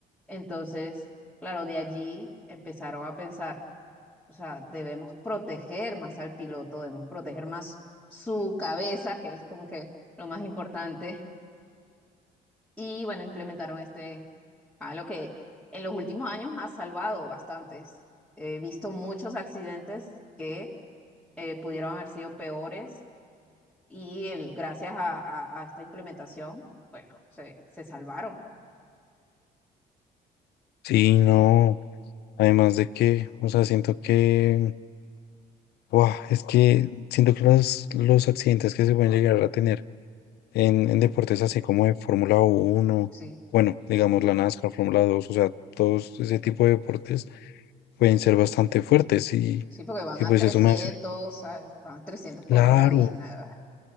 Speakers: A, in the centre; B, on the left (about 75°).
A: Entonces, claro, de allí empezaron a pensar, o sea, debemos proteger más al piloto, debemos proteger más su cabeza, que es como que lo más importante Y bueno, implementaron este, algo que en los últimos años ha salvado bastantes. He visto muchos accidentes que eh, pudieron haber sido peores y el, gracias a, a- a esta implementación, bueno, se, se salvaron.
B: Sí, no, además de que, o sea, siento que, wow, es que siento que los, los accidentes que se pueden llegar a tener en, en deportes así como de Fórmula uno,
A: Sí,
B: bueno, digamos la NASCAR, Fórmula dos, o sea, todos ese tipo de deportes pueden ser bastante fuertes y,
A: sí, porque van
B: y
A: a
B: pues
A: trescientos
B: eso me hace,
A: a- van a 300 por
B: claro,
A: hora y nada.